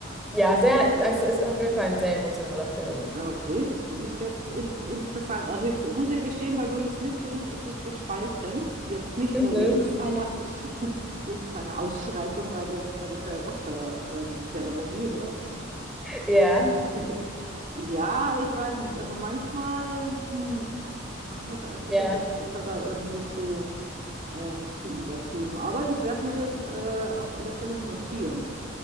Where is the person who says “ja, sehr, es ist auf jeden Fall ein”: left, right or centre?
Centre